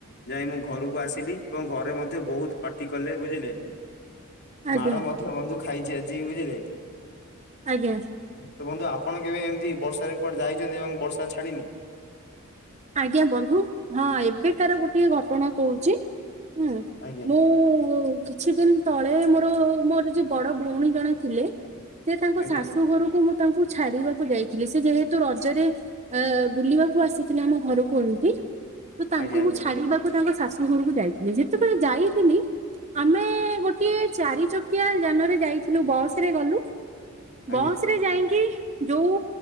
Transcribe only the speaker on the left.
ଯାଇ ମୁଁ ଘରୁକୁ ଆସିଲି ଏବଂ ଘରେ ମଧ୍ୟ ବହୁତ ପାଟି କଲେ ବୁଝିଲେ।
ମାଡ଼ ମଧ୍ୟ୍ୟ ବନ୍ଧୁ ଖାଇଚି ଆଜି ବୁଝିଲେ।
ତ ବନ୍ଧୁ ଆପଣ କେବେ ଏମିତି ବର୍ଷାରେ କୁଆଡେ ଯାଇଚନ୍ତି ଏବଂ ବର୍ଷା ଛାଡିିନି?
ଆଜ୍ଞା
ଆଜ୍ଞା
ଆଜ୍ଞା ଆଜ୍ଞା
ଆଜ୍ଞା